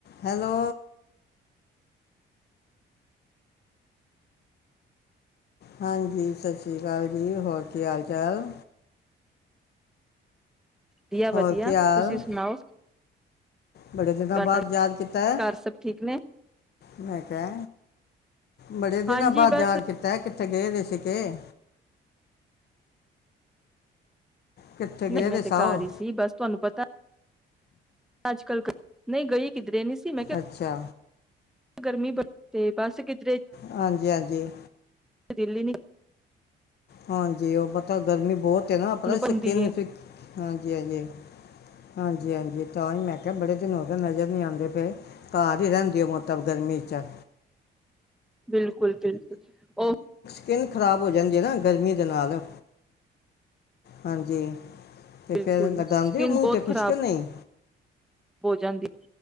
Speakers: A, on the left; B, in the centre.
A: Hello. ਹਾਂਜੀ, ਸਸ੍ਰੀਕਾਲ ਜੀ, ਹੋਰ ਕੀ ਹਾਲ ਚਾਲ?
B: ਵਧੀਆ, ਵਧੀਆ,
A: ਹੋਰ ਕੀ ਹਾਲ
B: ਤੁਸੀਂ ਸੁਣਾਓ?
A: ਬੜੇ ਦਿਨਾਂ
B: ਤੁਹਾਡਾ
A: ਬਾਦ ਯਾਦ ਕੀਤਾ ਐ।
B: ਘਰ ਸਭ ਠੀਕ ਨੇ
A: ਮੈਂ ਕੈ ਬੜੇ ਦਿਨਾਂ
B: ਹਾਂਜੀ
A: ਬਾਦ
B: ਬਸ
A: ਯਾਦ ਕੀਤਾ ਏ ਕਿੱਥੇ ਗਏ ਵੇ ਸੀ ਕੇ ਕਿੱਥੇ
B: ਨਈ,
A: ਗਏ
B: ਮੈਂ
A: ਦੇ
B: ਤੇ
A: ਸਾਓ
B: ਕਾਰ ਹੀ ਸੀ ਬਸ ਤੁਆਨੂੰ ਪਤਾ, ਅੱਜ-ਕੱਲ ਨਈ ਗਈ ਕਿਦਰੇ ਨੀ ਸੀ ਮੈਂ ਕਿਹਾ
A: ਅੱਛਾ।
B: ਗਰਮੀ ਬੜ ਤੇ ਬਸ ਕਿਤੇ
A: ਹਾਂਜੀ, ਹਾਂਜੀ।
B: ਦਿੱਲ ਈ ਨੀ
A: ਹਾਂਜੀ, ਉ ਪਤਾ ਗਰਮੀ ਬੋਤ ਨਾ, ਪਤਾ ਸਕਿਨ
B: ਹੁੰਦੀ ਹੈ
A: ਫਿ, ਹਾਂਜੀ, ਹਾਂਜੀ ਹਾਂਜੀ, ਹਾਂਜੀ, ਤਾਂ ਹੀ ਮੈਂ ਕੇਆ ਬੜੇ ਦਿਨ ਹੋਗੇ ਨਜ਼ਰ ਨੀ ਆਂਦੇ ਪਏ, ਕਾਰ ਹੀ ਰੈਂਦੇ ਓ ਮਤਬ ਗਰਮੀ ਚ।
B: ਬਿਲਕੁਲ, ਬਿਲਕੁਲ। ਓ
A: ਕਿਨ ਖਰਾਬ ਹੋ ਜਾਂਦੀ ਆ ਨਾ ਗਰਮੀ ਦੇ ਨਾਲ। ਹਾਂਜੀ। ਤੇ
B: ਬਿਲਕੁਲ
A: ਫੇਰ ਲਗਾਂਦੇ
B: ਸਕਿਨ
A: ਓ ਮੂੰਹ
B: ਬਹੁਤ
A: ਤੇ
B: ਖ਼ਰਾਬ
A: ਕੁੱਛ ਕੇ ਨਈ?
B: ਹੋ ਜਾਂਦੀ